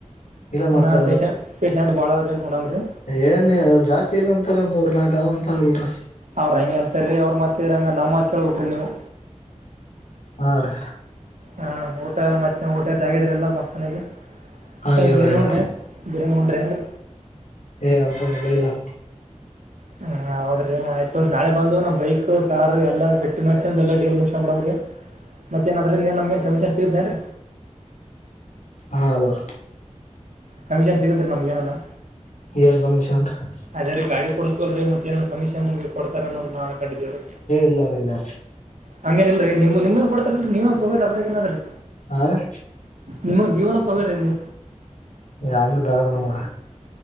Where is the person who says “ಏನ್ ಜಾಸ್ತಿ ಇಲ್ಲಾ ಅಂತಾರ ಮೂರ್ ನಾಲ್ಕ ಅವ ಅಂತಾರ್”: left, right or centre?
Left